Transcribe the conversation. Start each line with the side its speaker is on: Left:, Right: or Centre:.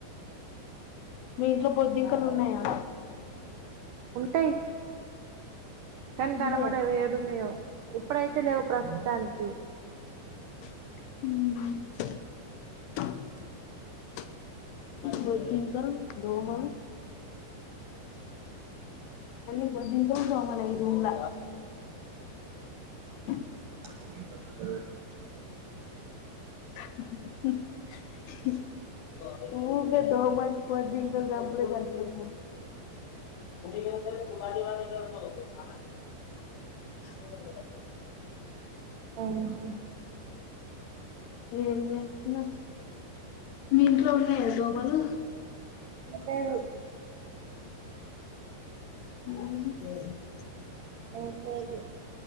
Left: మీ ఇంట్లో బొద్దింకలు ఉన్నాయా
Right: ఉంటాయి కానీ
Left: ఉంటాయా
Right: కనమాడవి ఏడున్నాయో ఇప్పుడైతే తె లేవు ప్రస్తుతానికి
Left: హ బోధింక ధోమల్ అన్ని బోధింకలు ఉన రూమ్ ల <inaudible>
Right: అదే <unintelligible>
Left: <unintelligible> హా హా <unintelligible> ఊకే దోమల్ బోధింకలు చంపుడే సరిపోతుంది <unintelligible>
Right: ఆహా
Left: ఏం చేస్తున్నవ్ మీ ఇంట్లో ఉన్నాయా దోమలు
Right: లేదు
Left: <unintelligible>
Right: ఏం లేవు